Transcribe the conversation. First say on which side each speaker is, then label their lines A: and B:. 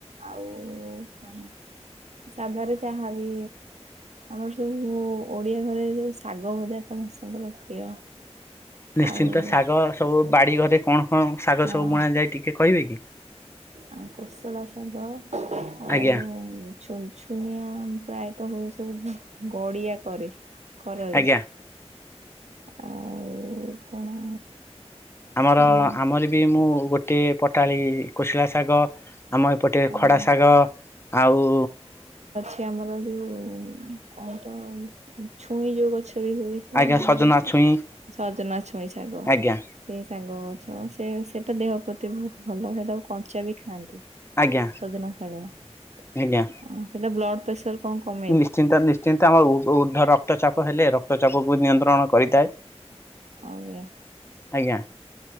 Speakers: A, on the right (about 85°); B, on the left (about 20°).
A: ଆଉ କଣ ସାଧାରେ ଜାହା ବି ଆମର ସବୁ ଓଡ଼ିଆ ଘରେ ଯୋଉ ଶାଗ ଭଜା ସମସ୍ତଙ୍କର ପ୍ରିୟ।
B: ନିଶ୍ଚିନ୍ତ
A: ଆଉ
B: ଶାଗ ସବୁ ବାଡି ଘରେ କଣ କଣ ଶାଗ
A: ହଁ
B: ସବୁ ବୁଣ ଯାଏ ଟିକେ କହିବେ କି?
A: ଆ କୋଶଳା ଶାଗ ଆଉ
B: ଆଜ୍ଞା
A: ଛୋଇ। ଛୁଇଁଆ ପ୍ରାୟତଃ ହୁଏ ସବୁ ଗଡିଆ କରେ କରରରେ।
B: ଆଜ୍ଞା।
A: ଆଉ କଣ?
B: ଆମର
A: ଉଁ
B: ଆମର ବି ମୁଁ ଗୋଟିଏ ପଟାଳି କୋଶିଳା ଶାଗ ଆମ ଏପଟେ
A: ଆଜ୍ଞା
B: ଖଡା ଶାଗ ଆଉ
A: କି ଆମର ଯେଉ କଣ ତ ଛୁଇଁ ଯେଉଁ ଗଛ ରେ ହୁଏ। ମାନେ
B: ଆଜ୍ଞା ସଜନା ଛୁଇଁ
A: ସଜନା ଛୁଇଁ ଛାଗ।
B: ଆଜ୍ଞା
A: ସେଇ ସାଗ ଗଛ ସେ ସେଟା ଦେହ ପ୍ରତି ବହୁତ ଭଲ ସେଇଟାକୁ କଞ୍ଚା ବି ଖାଆନ୍ତି।
B: ଆଜ୍ଞା
A: ସଜନା ଶାଗ ଅଁ
B: ଆଜ୍ଞା
A: ସେଟା ବ୍ଲଡ ପ୍ରେସର କଣ କମ
B: ନିଶ୍ଚିନ୍ତ ନିଶ୍ଚିନ୍ତ ଆମର ଉର୍ଦ୍ଧ୍ୱ ରକ୍ତଚାପ ହେଲେ ରକ୍ତଚାପକୁ ନିୟନ୍ତ୍ରଣ କରିଥାଏ।
A: ଆଜ୍ଞା।
B: ଆଜ୍ଞା